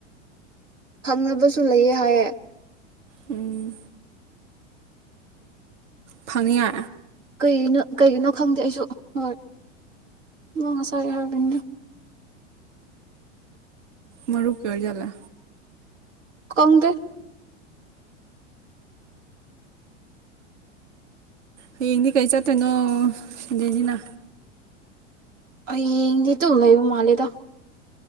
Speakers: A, on the right (about 80°); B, on the right (about 65°).
A: ꯐꯪꯅꯕꯁꯨ ꯂꯩꯌꯦ ꯍꯥꯏꯌꯦꯦ
B: ꯎꯝ ꯐꯪꯅꯤ
A: ꯀꯩꯅꯣ ꯀꯩꯒꯤꯅꯣ ꯈꯪꯗꯦ ꯑꯩꯁꯨ ꯍꯣꯏ ꯑ ꯉꯁꯥꯏ ꯍꯥꯏꯕꯤꯅꯤ
B: ꯃꯔꯔꯨꯞ ꯄꯔꯖꯂ
A: ꯀꯣꯡꯗ
B: ꯍꯌꯦꯡꯗꯤ ꯀꯩ ꯆꯠꯇꯣꯏꯅꯣ ꯁꯤꯗꯅꯤꯅ
A: ꯑꯩ ꯅꯇꯨ ꯍꯗꯣ ꯎ ꯃꯥꯦꯗ